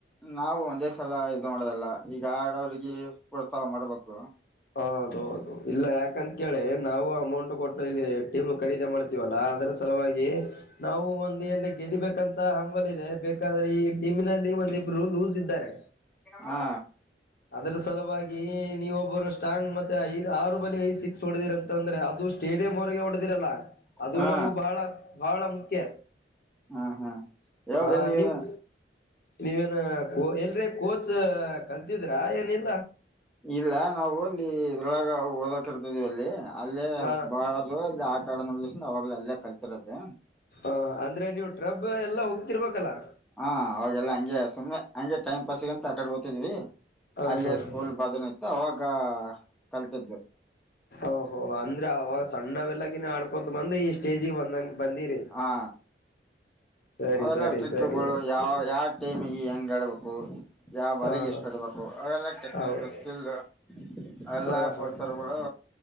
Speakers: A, in the centre; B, on the left.
A: ನಾವು ಒಂದೇ ಸಲ ಇದು ಮಾಡುದಲ್ಲ ಈಗ ಆಡೊವ್ರಿಗೆ ಪ್ರೋತ್ಸಾಹ ಮಾಡ್ಬೇಕು.
B: ಹೌದು ಹೌದು ಇಲ್ಲ ಯಾಕಂತ ಕೇಳಿ ನಾವು ಅಮೌಂಟ್ ಕೊಟ್ಟು ಇಲ್ಲಿ ಟೀಮ್ ಖರೀದಿ ಮಾಡ್ತೀವಲ್ಲ ಅದ್ರ ಸಲುವಾಗಿ ನಾವು ಒಂದು ಎನ್ ಗೆದಿಬೇಕಂತ ಹಂಬಲ ಇದೆ ಬೇಕಾದ್ರೆ ಈ ಟೀಮಿನಲ್ಲಿ ಒಂದಿಬ್ರು ಲೂಸ್. ಇದ್ದಾರೆ
A: ಹಾ
B: ಅದರ ಸಲುವಾಗಿ. ಈ ನೀವು ಒಬ್ಬರಷ್ ಸ್ಟಾಂಗ್ ಮತ್ತೆ ಐದು ಆರು ಬಲಿ ಐದ್ ಸಿಕ್ಸ್ ಹೊಡದಿರ ಅಂತಂದ್ರೆ ಅದುಷ್ ಸ್ಟೇಡಿಯಂ ಹೊರಗೆ ಹೊಡೆದಿರಲ್ಲ ಅದು
A: ಹಾ
B: ನಮಗೆ ಬಹಳ. ಬಹಳ ಮುಖ್ಯ.
A: ಹಾ ಹಾ ಯಾವಾಗ
B: ಹಾ
A: ನೀವ
B: ನೀವ್ ನೀವೇನು ಎ ಎಲ್ರೆ ಕೋಚ್ ಕಲ್ ದಿದ್ರಾ ಏನಿಲ
A: ಇಲ್ಲ ನಾವು. ಇಲ್ಲಿ ಇದರೊಳಾಗ ಓದಕ್ ಇರ್ತದಿವಿ ಅಲ್ಲಿ. ಅಲ್ಲೇ
B: ಹ
A: ಬಾಜು ಅಲ್ಲಿ ಆಟ ಆಡೋ ನೋಡ್ಕೆಸ್ ಆವಾಗ್ಲೇ ಅಲ್ಲಿ ಕಲ್ತಿರದು.
B: ಹ ಅಂದ್ರೆ ನೀವು ಟ್ರಬ್ ಎಲ್ಲ ಹೋಗ್ತಿರ್ಬೇಕಲ್ಲಾ.
A: ಹ ಅವಾಗೆಲ್ಲಾ ಹಂಗೆ ಸುಮ್ನೆ ಹಂಗೆ ಟೈಮ್ ಪಾಸಿಗಿ ಅಂತ ಆಕಡೆ ಓತಿದೀವಿ.
B: ಹ
A: ಅಲ್ಲೆ
B: ಹಾ
A: ಸ್ಕೂಲ್
B: ಹಾ
A: ಬಾಜುನ ಇತ್ತು ಅವಾಗ ಕಲ್ತಿದ್ದು.
B: ಓಹೋ ಅಂದ್ರೆ ಅವಾಗ ಸಣ್ಣವೆಲ್ಲಕಿನ್ ಆಡ್ಕೋತ ಬಂದ ಈ ಸ್ಟೇಜಿಗೆ ಬಂದಂಗ. ಬಂದಿರಿ
A: ಹಾ
B: ಸರಿ
A: ಅವೆಲ್ಲ
B: ಸರಿ
A: ಟ್ರಿಕ್ಗಳು
B: ಸರಿ ಓಕೆ
A: ಯಾವ್ ಯಾವ ಟೀಮಿಗೆ ಹೆಂಗ್ ಆಡ್ಬೇಕು ಯಾವ ಬಲೆಗೆ
B: ಹಾ
A: ಎಷ್ಟು
B: ಹಾ
A: ಹೊಡಿಬೇಕು ಅವೆಲ್ಲ ಟೆಕ್ನಿಕ್
B: ಹೌದು
A: ಸ್ಕಿಲ್ ಅವೆಲ್ಲಾ
B: ಹಾ
A: ಕೋಚರ್ಗಳು
B: ಹಾ